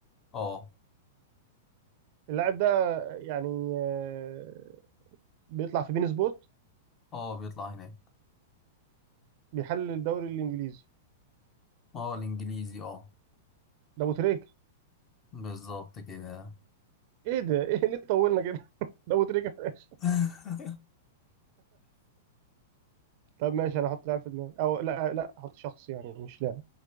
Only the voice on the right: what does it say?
اللاعب ده يعني آه، بيطلع في بين سبوت
بيحلل الدوري الانجليزي
ده ابو تريكه
ايه ده ايه ليه طولنا كده <laughs> ده ابو تريكه في الاخر
طب ماشي انا هحط لاعب في دماغي او لا لا هحط شخص يعني مش لاعب